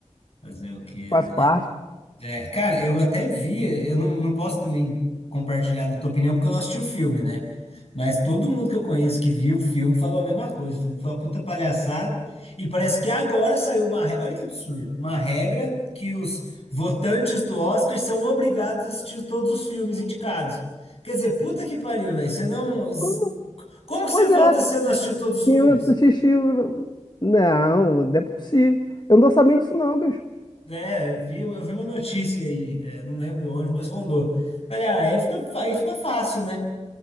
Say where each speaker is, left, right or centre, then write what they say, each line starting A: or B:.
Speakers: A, on the left; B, on the left.
A: Fazer o quê,
B: faz
A: né?
B: parte.
A: É, É, cara, eu até vi, eu não, não posso também compartilhar da tua opinião, porque eu não assisti o filme, né? Mas todo mundo que eu conheço que viu o filme falou a mesma coisa, falou que foi uma puta palhaçada. E parece que agora saiu uma regra, olha que absurdo, uma regra que os votantes do Oscar são obrigados a assistir todos os filmes indicados. Quer dizer, puta que pariu, velho, você não... z-
B: Como?
A: Como que
B: Pois
A: você vota
B: é,
A: se você não assistiu todos os filmes?
B: eu assisti. o- Não, não é possível. Eu não tô sabendo disso, não, bicho.
A: É, eu vi, eu vi uma notícia aí, é, não lembro onde, mas rolou. Olha, aí fica, aí fica fácil, né?